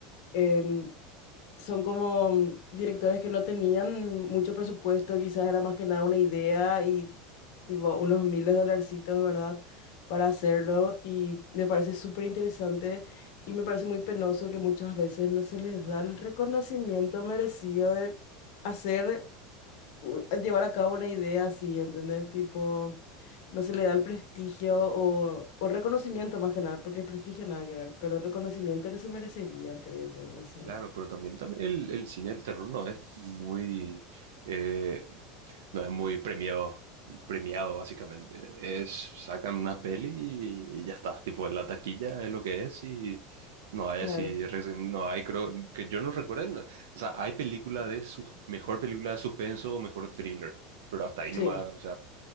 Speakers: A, on the left; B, on the right.
A: em, son como mm, directores que no tenían mucho presupuesto, quizás era más que nada una idea y tipo unos miles de dolarcitos, ¿verdad? Para hacerlo y me parece súper interesante y me parece muy penoso que muchas veces no se les da el reconocimiento merecido de hacer, u- llevar a cabo una idea así, ¿entendés? Tipo, no se le da el prestigio o, o reconocimiento más que nada, porque el prestigio nada que ver, pero reconocimiento que se merecería, creo yo, no sé.
B: Claro, pero también, también el, el cine del terror no es muy, eh, no es muy premiado, premiado básicamente. Es, sacan una peli y, y ya está. Tipo, en la taquilla es lo que es y no hay
A: Claro.
B: así, res- no hay, creo, que yo no recuerdo. no- o sea, hay película de sus, mejor película de suspenso o mejor thriller, pero hasta ahí
A: Sí,
B: nomás,